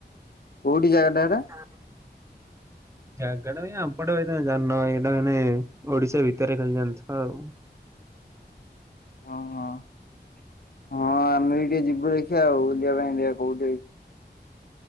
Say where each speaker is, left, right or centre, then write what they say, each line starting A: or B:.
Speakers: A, on the left; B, on the right.
A: କୋଉଠି ଜାଗାଟା ସେଟା?
B: <inaudible> ଜାଗାଟା ଭାଇ ଆମ୍ ପଟ ଏରିଆ ତମେ ଜାଣିନ ଭାଇ, ଏଇଟା ମାନେ ଓଡିଶା ଭିତରେ ଖାଲି ଜାଣିଥିବ ଆଉ।
A: ହଁ-ହଁ-ହଁ ଆମେ ବି ଟିକେ ଯିବୁ ଦେଖିଆ ଆଉ ବୁଲିବା ପାଇଁ ଦେଖିଆ କୋଉଠି ହେଇଚି।